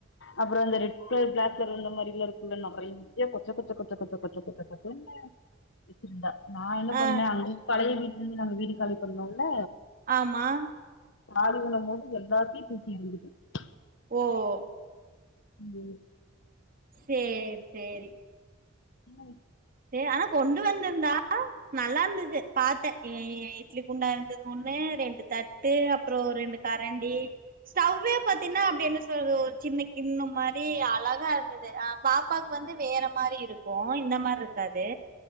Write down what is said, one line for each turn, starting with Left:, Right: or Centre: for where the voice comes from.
Left: அப்ற இந்த ரெட் க்லர் ப்ளாக் க்லர் இந்த மாரில இருக்குல்ல நறைய்ய கொச்ச கொச்ச கொச்ச கொச்ச கொச்ச கொச்ச கொச்சன்னு வெச்சிருந்தா நா என்ன
Right: ஆ
Left: பண்ணே அங்கி பலைய வீட்லேந்து நாங்க வீடு காலி பண்ணேல்ல
Right: ஆமா
Left: காலி வன்னம்மோது எல்லாத்யு தூக்கி எரிந்துட்ட
Right: ஒ ஒ
Left: உம்
Right: சேர் சேரி
Left: உம்
Right: சே அனா கொண்டு வந்துர்ந்தா நல்லார்ந்துது பாத்த ஏஐ ஐ இட்லி குண்டா இருந்தது ஒன்னு ரெண்டு தட்டு அப்ரொ ரெண்டு கரண்டி ஸடவ்வே பத்தீன்னா அப்டி என்னஸ் <unintelligible> ஒரு சின்ன கின்னு மாரி அலகா இருந்துது பாப்பாக் வந்து வேற மாரி இருக்கு இந்த மார்ரு கது